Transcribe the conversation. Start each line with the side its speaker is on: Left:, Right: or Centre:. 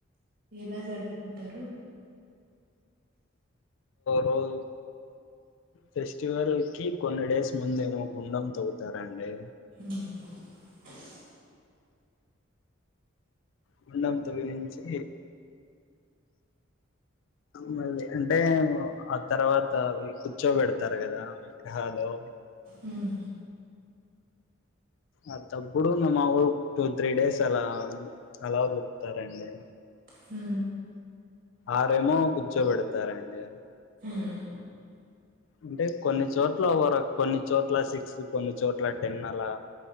Right: ఎలా జరుపుకుంటారు
Left: రోజు ఫెస్టివల్ కి కొన్ని డేస్ ముందేమో గుండం తొవుతారంండి
Right: అ
Left: గుండం తవి నుంచి మళ్ళీ అంటే ఆ తర్వాత అవి కూర్చోబెడతార్ కదా విగ్రహాలు
Right: మ్
Left: అ తప్పుడున్న మా ఊ టూ త్రీ డేస్ అలా అలా కుతారండి
Right: హా
Left: ఆరేమో కూర్చోబెడతారండి
Right: ఉమ్
Left: అంటే కొన్ని చోట్ల ఒర కొన్ని చోట్ల సిక్స్ కొన్ని చోట్ల టెన్ అలా